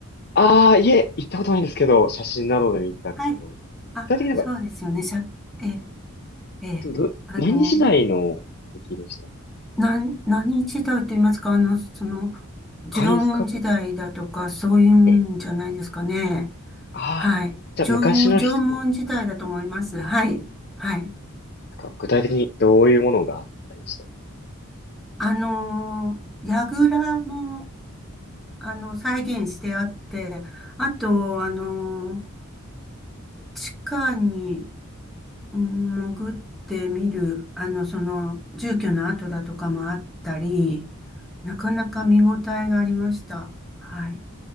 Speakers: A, on the left; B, in the centre.
A: ああ、いえ、行ったことないんですけど、写真などで見たこと。
B: はい。
A: 具
B: あ、
A: 体的になんか、
B: そうですよね。しゃ、ええ、ええ。
A: ど、ど、
B: あの、
A: 何時代の遺跡でした
B: 何、何時代と言いますか、あの、その、縄文時代だとか、
A: 貝塚とか
B: そういうんじゃないですかね。
A: え、ああ、
B: はい。
A: じゃあ昔の人の、
B: 縄、縄文時代だと思います。はい。はい。
A: なんか具体的にどういうものがあったりした
B: あのー、櫓も、あの、再現してあって、あと、あのー、地下にうん潜ってみる、あの、その、住居の跡だとかもあったり、なかなか見応えがありました。はい。